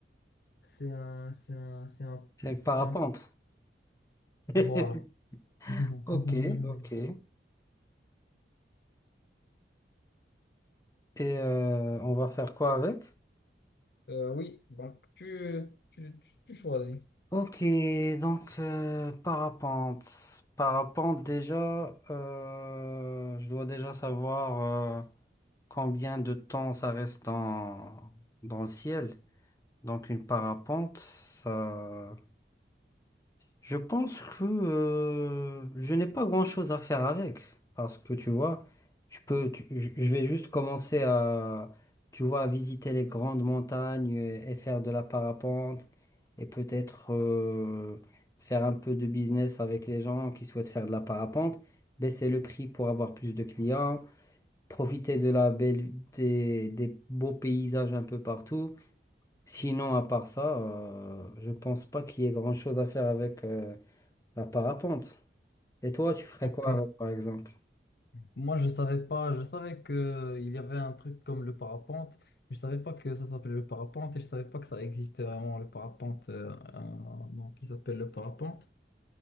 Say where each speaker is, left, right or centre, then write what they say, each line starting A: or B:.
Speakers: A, on the left; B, on the left.
A: c'est un, c'est un, c'est un,
B: c'est le parapente.
A: c'est un-
B: <laughs>
A: Voilà. <laughs>
B: Ok, ok. Et euh, on va faire quoi avec?
A: Euh, oui, donc tu, tu, tu, tu choisis.
B: Ok, donc euh, parapente. Parapente déjà, euh, je dois déjà savoir euh, combien de temps ça reste dans, dans le ciel. Donc une parapente, ça... Je pense que euh, je n'ai pas grand-chose à faire avec. Parce que tu vois, je peux, tu- je je vais juste commencer à, tu vois, à visiter les grandes montagnes euh, et faire de la parapente. Et peut-être euh, faire un peu de business avec les gens qui souhaitent faire de la parapente. Baisser le prix pour avoir plus de clients. Profiter de la belle, des des beaux paysages un peu partout. Sinon, à part ça, euh, je pense pas qu'il y ait grand-chose à faire avec euh, la parapente. Et toi, tu ferais
A: Ok.
B: quoi avec, par exemple?
A: Moi, je savais pas, je savais que il y avait un truc comme le parapente, mais je savais pas que ça s'appelait le parapente et je savais pas que ça existait vraiment le parapente euh, euh, donc il s'appelle le parapente.